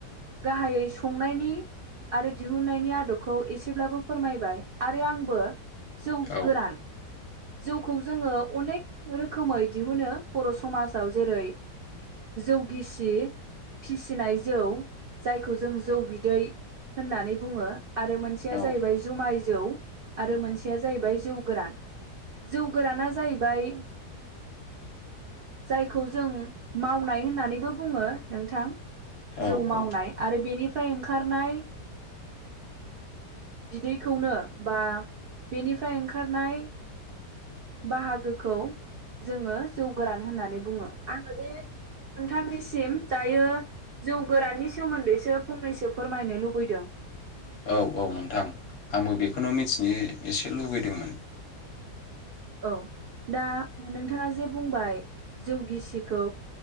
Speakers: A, on the right; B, on the left.
A: गाहायै संनायनि आरो दिहुननायनि आदबखौ एसेब्लाबो फोरमायबाय आरो आंबो जौ
B: औ
A: गोरान जौखौ जोङो अनेक रोखोमै दिहुनो बर' समाजाव जेरै जौ गिसि फिसिनाय जौ जायखौ जों जौ बिदै होननानै बुङो। आरो मोनसेया
B: औ
A: जाहैबाय जुमाय जौ आरो मोनसेया जाहैबाय जौ गोरान। जौ गोराना जाहैबाय जायखौ जों मावनाय होननानैबो बुङो नोंथां
B: औ
A: जौ मावनाय
B: औ
A: आरो बेनि फ्राय ओंखारनाय बिदैखौनो बा बेनिफ्राय ओंखारनाय बाहागोखौ जोङो जौ गोरान होननानै बुङो आङो बे नोंथांनिसिम दायो जौ गोराननि सोमोन्दैसो फंनैसो फोरमायनो लुबैदों।
B: औ औ नोंथां आंबो बेखौनो मिथिनो एसे लुबैदोंमोन।
A: औ दा नोंथाङा जे बुंबाय जौ गिसिखौ